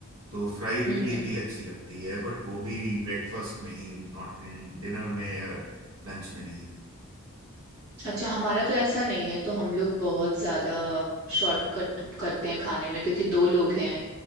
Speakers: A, on the right; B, on the right.
A: तो फ्राई
B: हम्म
A: इडली
B: हम्म
A: भी अच्छी लगती है बट वो भी ब्रेकफास्ट में ही नॉट इन डिनर में या लंच में नहीं
B: अच्छा हमारा तो ऐसा नहीं है तो हम लोग बहुत ज्यादा शॉर्टकट करते हैं खाने में क्योंकि दो लोग हैं